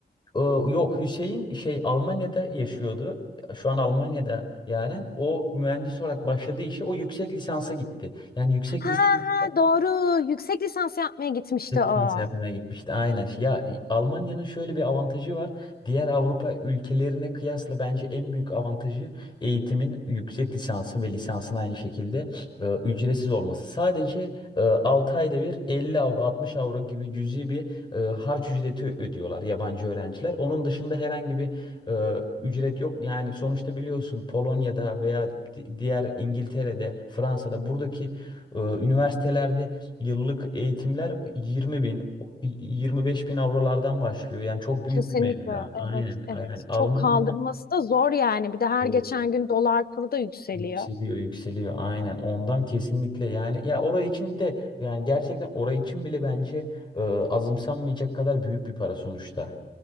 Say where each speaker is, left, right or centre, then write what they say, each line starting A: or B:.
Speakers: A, on the left (about 25°); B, on the left (about 60°).
A: e, Yok Hüseyin şey Almanya'da yaşıyordu. Şu an Almanya'da Yaren. O mühendis olarak başladığı işe o yüksek lisansa gitti. Yani yüksek
B: Ha
A: lisans
B: ha doğru, yüksek lisans yapmaya gitmişti
A: Çek
B: o.
A: seansı yapmaya gitmişti. Aynen. Ya e, Almanya'nın şöyle bir avantajı var. Diğer Avrupa ülkelerine kıyasla bence en büyük avantajı eğitimin yüksek lisansın ve lisansın aynı şekilde e, ücretsiz olması. Sadece e, 6 ayda bir 50 avro 60 avro gibi cüzi bir e, harç ücreti ödüyorlar yabancı öğrenciler. Onun dışında herhangi bir e, ücret yok. Yani sonuçta biliyorsun Polonya'da veya di- diğer İngiltere'de, Fransa'da buradaki e, üniversitelerde Yıllık eğitimler 20 bin, 25 bin avrolardan başlıyor. Yani çok büyük
B: Kesinlikle,
A: bir meblağ.
B: evet,
A: Aynen.
B: evet.
A: Yani Almanya
B: Çok kaldırması da zor yani. Bir de her
A: evet
B: geçen gün dolar kuru da yükseliyor.
A: yükseliyor yükseliyor. Aynen. Ondan kesinlikle yani ya orayı için de yani gerçekten orayı için bile bence e, azımsanmayacak kadar büyük bir para sonuçta.